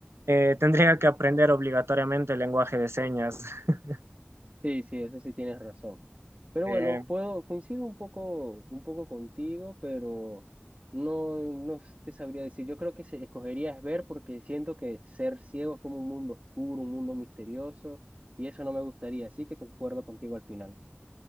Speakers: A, on the right; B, on the right.
A: eh, tendría que aprender obligatoriamente el lenguaje de señas. <laughs>
B: Sí, sí, eso sí tienes razón. Pero
A: Eh,
B: bueno, puedo, coincido un poco, un poco contigo, pero no, no te sabría decir. Yo creo que se, escogería ver porque siento que ser ciego es como un mundo oscuro, un mundo misterioso, y eso no me gustaría, así que concuerdo contigo al final.